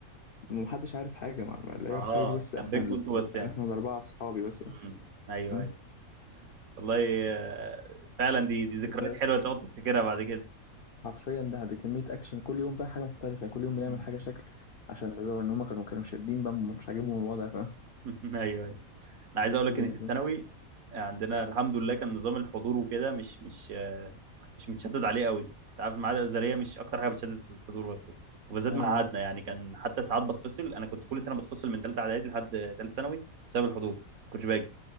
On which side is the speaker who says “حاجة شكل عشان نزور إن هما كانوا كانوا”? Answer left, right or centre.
Left